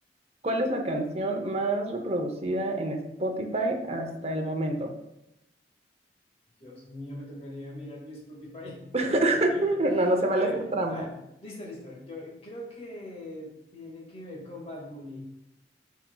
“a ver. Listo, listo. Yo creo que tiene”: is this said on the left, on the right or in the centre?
Left